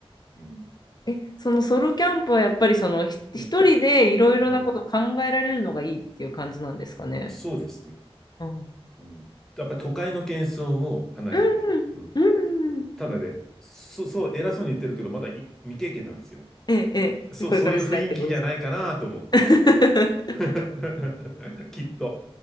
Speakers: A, in the centre; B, on the left.
A: うん。
B: え、そのソロキャンプはやっぱりその、ひ一人でいろいろなことを考えられるのがいいっていう感じなんですかね。
A: うん、うんそうですね。
B: うん。
A: うん。やっぱ都会の喧騒を離れて。
B: うん、
A: うん。
B: うん、うん。
A: ただね、そう、そう、偉そうに言ってるけど、まだい未経験なんですよ。
B: ええ、ええ。
A: そう、
B: これからしたいってことですね。
A: そういう雰囲気じゃないかなと思って。
B: <laughs>
A: <laughs> きっと。